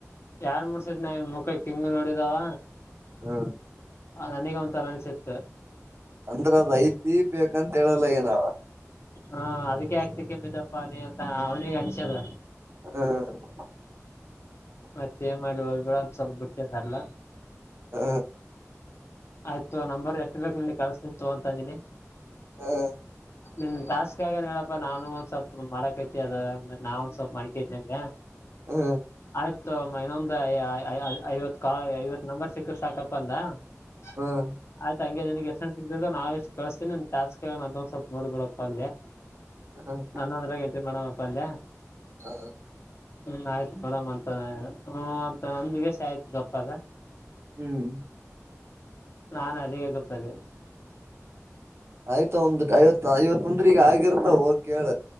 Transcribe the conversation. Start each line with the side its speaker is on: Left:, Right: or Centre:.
Left: ಯಾರ ಮುರ್ಸರಿ ನ ಮುಕ ಕಿಂಗ್ ನೋಡಿದಾವ.
Right: ಹಾ
Left: ಆ ನನಗ ಒಂಥರಾ ಅನಿಸಿತ್ತ.
Right: ಅಂದ್ರ ಅದ ಐತಿ ಬೇಕಂತ ಹೇಳಲ್ಲ ಆಗ್ಯಾನವ.
Left: ಹ ಅದಕ್ಕೆ ಯಾಕ್ ತಿಕ್ಕೆಂಬಿದ್ದಪ್ಪ ನೀ ಅಂತ ಅವ್ನಿಗೆ ಅನ್ಸದ
Right: ಹ್ಮ
Left: ಮತ್ತೇನ್ ಮಾಡಿ ಹೋಗ್ಬಿಡ್ಲಾ ಅಂತ ಸ್ವಲ್ಪ ಬಿಟ್ಟಿದಾರ್ಲ.
Right: ಹ
Left: ಆಯ್ತ್ ತುಗೊ ನಂಬರ್ ಎಷ್ಟ ಬೇಕ್ ನಿನಗ ಕಲ್ಸತಿನ ತಗೊ ತಂದಿನಿ <unintelligible>
Right: ಹ್ಮ್
Left: ನಿನ್ ಟಾಸ್ಕ್ ಆಗಾನ ಹೇಳಪ್ಪಾ ನಾನು ಸ್ವಲ್ಪ ಮಾಡಕೈತಿ ಅದ ನಾವು ಸ್ವಲ್ಪ್ ಮಾಡ್ಕ್ಯಂತ್ನಿ ಅನ್ನೇ
Right: ಹ
Left: ಆಯ್ತು ತುಗೊ ಮ ಇನ್ನೊ ದ ಐ ಐವತ್ ಕಾಲ್ ಐವತ್ ನಂಬರ್ ಸಿಕ್ರ ಸಾಕಪ್ಪ ಅಂದ <unintelligible>
Right: ಹ್ಮ್ ಹ್ಮ್
Left: ಆಯ್ತ್ ಹಂಗೆ ನಿನಗೆ ಹೆಸರ ಸಿ ದ ನಾವೆಷ್ ಕಳಿಸತೀನಿ ನನ್ನ ಟಾಸ್ಕನ್ಯಾಗ ನಂದೊಂದ್ ಸ್ವಲ್ಪ ನೋಡ್ಬಡಪ್ಪ ಅಂದ್ಯ <unintelligible>
Right: ಹ್ಮ್
Left: ನನ್ನ ಅದ್ರಗೆ ಎಂಟ್ರಿ ಮಾಡೋ ಪ್ಪಂದ್ಯ
Right: ಹಾ
Left: ಹ್ಮ್ ಆಯ್ತ್ ನೋಡಮ್ ಅ ತ ಹೂ ಅಂತ ಅಂದಗೆಸಿ ಆಯ್ತು ಗಪ್ಪದ
Right: ಹ್ಮ್
Left: <unintelligible> ನಾನ್ ಅಲ್ಲಿಗೆ ಗಪ್ ಆದೆ.
Right: ಆಯ್ತ್ ಅವನ್ದು ಐವ ಐವತ್ತಂದ್ರ ಈಗ ಆಗಿರ್ತವ ಹೋಗ್ ಕೇಳ